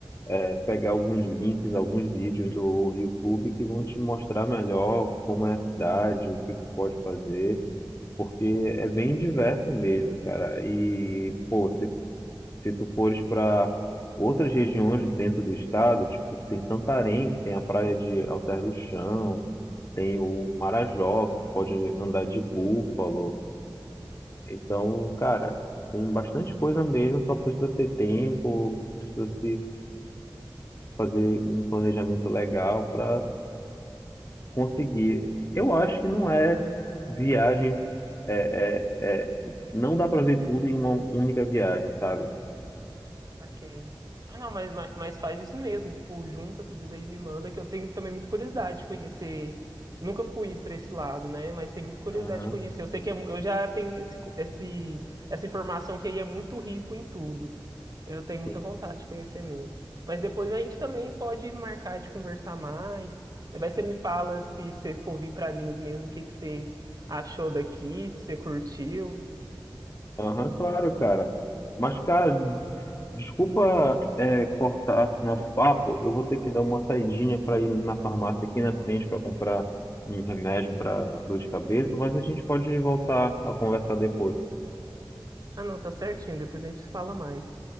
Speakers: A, on the left; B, on the right.
A: é, pegar alguns links, alguns vídeos do YouTube que vão te mostrar melhor como é a cidade, o que que pode fazer, porque é bem diverso mesmo, cara. E, pô, se, se tu fores para outras regiões dentro do estado, tipo, tem Santarém, que tem a praia de Alter do Chão, tem o Marajó, que tu pode andar de búfalo. Então, cara, tem bastante coisa mesmo, só precisa ter tempo, precisa se fazer um planejamento legal para conseguir. Eu acho que não é viagem, é, é, é, não dá para ver tudo em uma única viagem, sabe?
B: Ah, saquei. Ah, não, mas, mas, mas faz isso mesmo. Tipo, junta tudo isso daí e me manda, que eu tenho também muita curiosidade de conhecer. Nunca fui para esse lado, né? Mas tenho muita curiosidade
A: Aham,
B: de conhecer. Eu sei que é mu- eu já tenho esse, co- esse, essa informação que aí é muito rico em tudo. Eu tenho muita
A: sim.
B: vontade de conhecer mesmo. Mas depois a gente também pode marcar de conversar mais. Vai você me fala se você for vir para Minas mesmo, o que que você achou daqui, se você curtiu.
A: Aham, claro, cara. Mas, cara, Desculpa, é, cortar nosso papo. Eu vou ter que dar uma saidinha para ir na farmácia aqui na frente para comprar um remédio para dor de cabeça, mas a gente pode voltar a conversar depois.
B: Ah, não, tá certinho. Depois a gente fala mais.